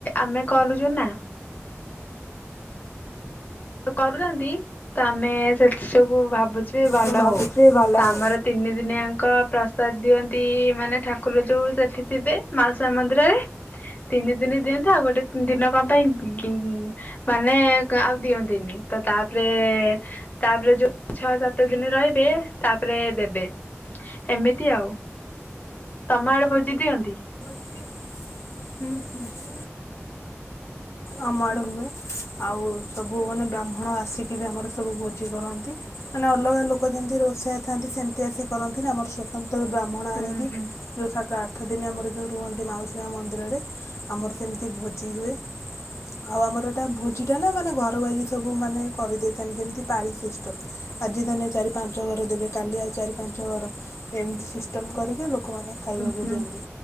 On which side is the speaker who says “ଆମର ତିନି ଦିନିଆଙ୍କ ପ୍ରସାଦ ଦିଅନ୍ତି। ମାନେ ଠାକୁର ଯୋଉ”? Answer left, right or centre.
Left